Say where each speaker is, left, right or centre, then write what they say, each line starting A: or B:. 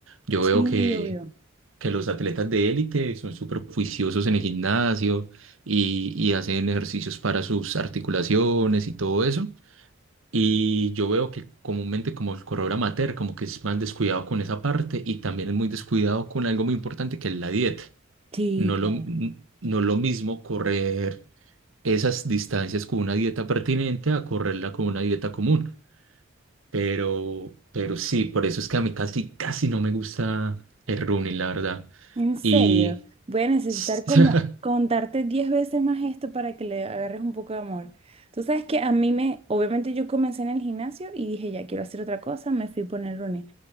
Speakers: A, on the right; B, on the right.
A: Yo
B: Sí,
A: veo que
B: obvio.
A: que los atletas de élite son súper juiciosos en el gimnasio y, y hacen ejercicios para sus articulaciones y todo eso. Y yo veo que comúnmente como el corredor amateur como que es más descuidado con esa parte y también es muy descuidado con algo muy importante que es la dieta.
B: Sí,
A: No
B: claro.
A: lo, n- no lo mismo correr esas distancias con una dieta pertinente a correrla con una dieta común. Pero, pero sí, por eso es que a mí casi, casi no me gusta el running, la verdad.
B: En serio,
A: Y
B: voy a necesitar
A: <laughs>
B: como contarte 10 veces más esto para que le agarres un poco de amor. Tú sabes que a mí me, obviamente yo comencé en el gimnasio y dije, ya quiero hacer otra cosa, me fui por el running.